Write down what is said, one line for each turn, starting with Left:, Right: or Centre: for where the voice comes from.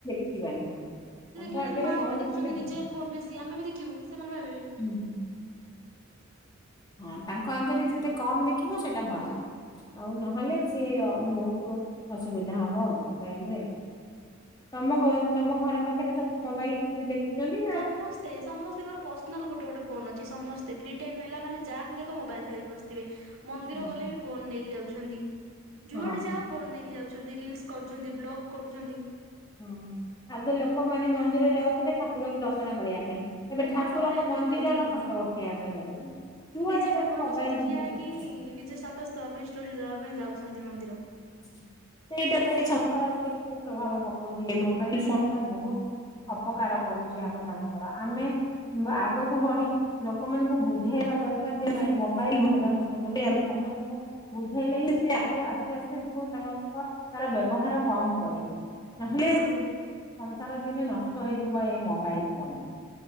Left: ଥିବାନି ହଁ।
Right: ସେ
Left: ତାଙ୍କ
Right: ଦେଖିବେ
Left: ଆଗରେ
Right: ଯଦି ମା
Left: ନ
Right: ବାପା ଦେଖୁଛନ୍ତି
Left: ଦେଖିଲେ ଭଲ।
Right: ନିଜେ ଫୋନ ବେଶି ଆମେ ବି ଦେଖିବୁ ସେମାନେ ଭାବିବେ।
Left: ହୁଁ ହଁ ତାଙ୍କ ଆଗରେ ଯେତେ କମ ଦେଖିବ ସେଇଟା ଭଲ। ଆଉ ନହେଲେ ସିଏ ବହୁତ ଅସୁବିଧା ହବ ମୋବାଇଲରେ। ତମ ଗ ତମ ଘର ପାଖରେ ସବୁ ମୋବାଇଲ ସେତି ଦେଖିଛନ୍ତିି।
Right: ସମସ୍ତେ ସମସ୍ତଙ୍କର ପର୍ସନାଲ ଗୋଟେ ଗୋଟେ ଫୋନ ଅଛି ସମସ୍ତେ ଫ୍ରି ଟାଇମ ହେଲା ମାନେ ଯାହାକୁ ଦେଖ ମୋବାଇଲ ଧରିକି ବସିଥିବେ। ମନ୍ଦିର
Left: ହୁଁ,
Right: ଗଲେ ବି ଫୋନ ନେଇକି ଯାଉଛନ୍ତି।
Left: ହଁ
Right: ଯୁଆଡେ ଯାଅ ଫୋନ ନେଇକି ଯାଉଛନ୍ତି ରିଲସ କରୁଛନ୍ତି, ବ୍ଲଗ କରୁଛନ୍ତି
Left: ହଁ ଆଗ ଲୋକମାନେ ମନ୍ଦିର ଯାଉଥିଲେ ଠାକୁରଙ୍କ ଦର୍ଶନ କରିବା ପାଇଁ ଏବେ ଠାକୁରଙ୍କ
Right: ଫଟୋ ଉଠେଇବା ପାଇଁ
Left: ମନ୍ଦିରର
Right: ଯାଉଛନ୍ତି।
Left: ଫଟୋ ଉଠେଇବା ପାଇଁ ଯାଉଛନ୍ତି। ଯୁଆଡେ
Right: ନିଜେ ଠାକୁରଙ୍କ
Left: ଗଲେ ମୋବାଇଲ
Right: ସହିତ
Left: ଧରିକି
Right: ଠିଆ ହେଇକି
Left: ଫଟୋ।
Right: ନିଜେ ଷ୍ଟାଟସ ଦେବା ପାଇଁ ଷ୍ଟୋରି ଦେବା ପାଇଁ ଯାଉଛନ୍ତି ମନ୍ଦିର।
Left: ସେଇଟା ତ ଏଇ ସଂସାର ଉପରେ କୁ ପ୍ରଭାବ ପକଉଛି ଏଇ ମୋବାଇଲ ଫୋନ୍ ଟା ବହୁତ ଅପକାର କରୁଛି ଆମ ମାନଙ୍କର ଆମେ ଆଗକୁ ବଢିକି ଲୋକମାନଙ୍କୁ ବୁଝେଇବା ଦରକାର ଯେ ନାଇଁ ମୋବାଇଲ ଭଲ ନୁହେଁ ବୋଲି ଆମେ ସମସ୍ତଙ୍କୁ ବୁଝେଇଲେ ହିଁ ସେ ଆଗ ଆସ ଆସ୍ତେ ଆସ୍ତେ ସବୁ ତାଙ୍କ ଙ୍କ ତାର ବ୍ୟବହାର କମ କରିବେ, ନହେଲେ
Right: ହଁ
Left: ସଂସାର ଦିନେ ନଷ୍ଟ ହେଇଯିବ ଏଇ ମୋବାଇଲ ଫୋନ ପାଇଁ।